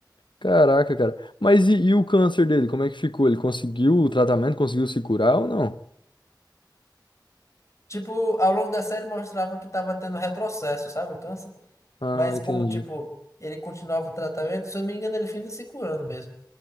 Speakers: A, on the left (about 85°); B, on the left (about 40°).
A: Caraca, cara. Mas e, e o câncer dele? Como é que ficou? Ele conseguiu o tratamento? Conseguiu se curar ou não?
B: Tipo, ao longo da série mostrava que tava tendo retrocesso, sabe? O câncer.
A: Ah,
B: Mas
A: entendi.
B: como, tipo, ele continuava o tratamento, se eu não me engano, ele finda se curando mesmo.